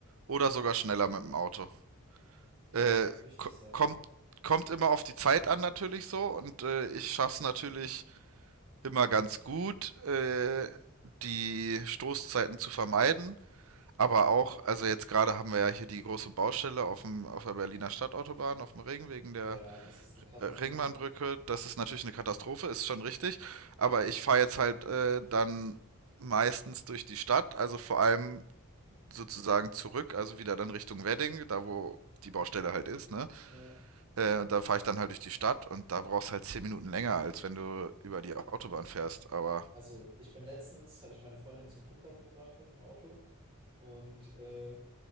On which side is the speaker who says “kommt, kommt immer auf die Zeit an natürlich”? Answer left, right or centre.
Right